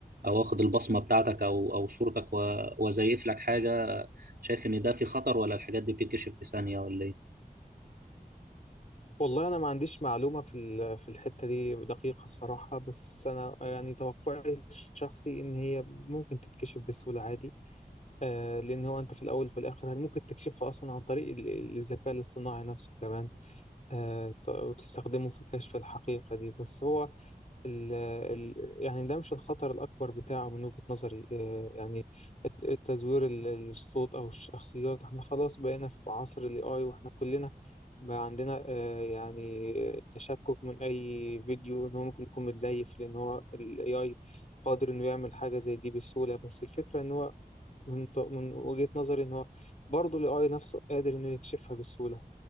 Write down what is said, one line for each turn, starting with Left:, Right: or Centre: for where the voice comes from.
Right: او اخد البصمة بتاعتك او او صورتك و- وازيف لك حاجة شايف ان ده في خطر ولا الحاجات دي بتتكشف في ثانية ولا ايه؟
Left: والله انا ما عنديش معلومه في ال- في الحته دي دقيقه الصراحه بس انا يعني توقعي الشخصي ان هي ممكن تتكشف بسهوله عادي آه لان هو انت في الاول وفي الاخر ممكن تكشفها اصلا عن طريق ال- ال- الذكاء الاصطناعي نفسه كمان آه ط- وتستخدمه في كشف الحقيقه دي بس هو ال ال يعني ده مش الخطر الأكبر بتاعه من وجهة نظري آه، يعني الت- التزوير ال- ال- الصوت أو الشخصيات احنا خلاص بقينا في عصر ال AI واحنا كلنا بقى عندنا آه، يعني تشكك من أي فيديو إن هو ممكن يكون متزيف لأن هو ال AI قادر إنه يعمل حاجة زي دي بسهولة بس الفكرة إن هو من ط- من وجهة نظري إن هو برضه ال AI نفسه قادر إنه يكشفها بسهولة